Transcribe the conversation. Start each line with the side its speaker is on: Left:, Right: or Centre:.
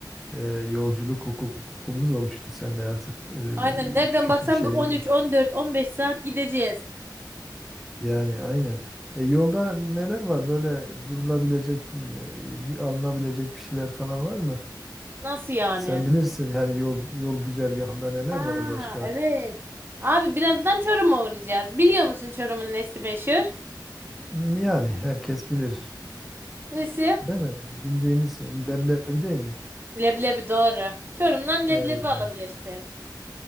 Centre: e, yolculuk hukukumuz oluştu seninle artık
Right: Aynen nereden
Centre: e, küçük
Right: baksan
Centre: bir şeyimiz
Right: bir 13,
Centre: de.
Right: 14, 15 saat gideceğiz.
Centre: Yani aynen. E, yolda neler var böyle durulabilecek, e, bir alınabilecek bir şeyler falan var mı?
Right: Nasıl yani?
Centre: Sen bilirsin yani yol yol güzergahında neler
Right: Aa,
Centre: var başka?
Right: evet. Abi birazdan Çorum'a uğrayacağız. Biliyor musun Çorum'un nesi meşhur?
Centre: M- Yani herkes bilir,
Right: Nesi?
Centre: değil mi? Bildiğimiz leblebi değil mi?
Right: Leblebi doğru. Çorum'dan leblebi
Centre: E, yani,
Right: alabilirsin.